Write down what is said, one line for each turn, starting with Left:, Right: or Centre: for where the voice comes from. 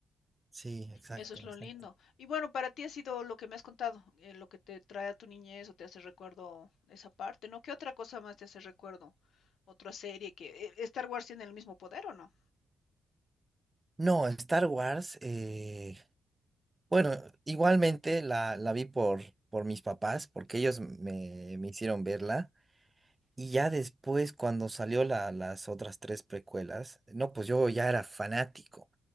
Right: sí, exacto,
Left: Eso es lo
Right: exacto.
Left: lindo. Y bueno, para ti ha sido lo que me has contado, eh, lo que te trae a tu niñez o te hace recuerdo esa parte, ¿no? ¿Qué otra cosa más te hace recuerdo? Otra serie que eh, Star Wars tiene el mismo poder o no?
Right: No, Star Wars, eh, Bueno, igualmente la, la vi por, por mis papás, porque ellos me, me hicieron verla. Y ya después, cuando salió la, las otras tres precuelas, no, pues yo ya era fanático.